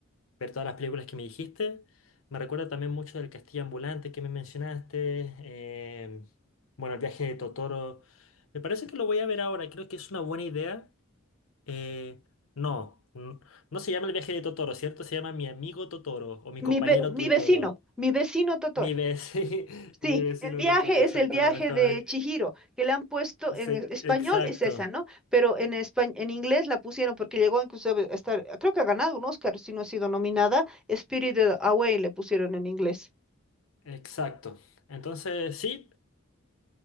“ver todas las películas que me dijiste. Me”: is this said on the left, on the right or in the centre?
Left